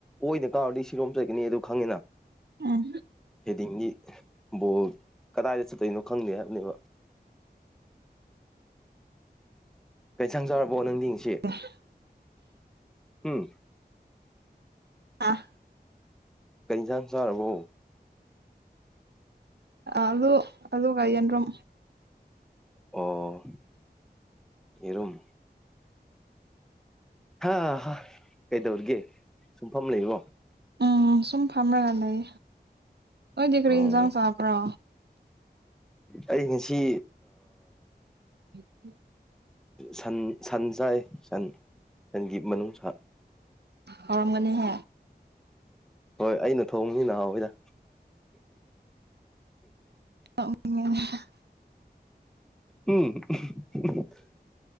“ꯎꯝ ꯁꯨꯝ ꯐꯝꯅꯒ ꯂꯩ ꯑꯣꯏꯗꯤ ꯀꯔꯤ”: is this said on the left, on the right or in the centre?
Right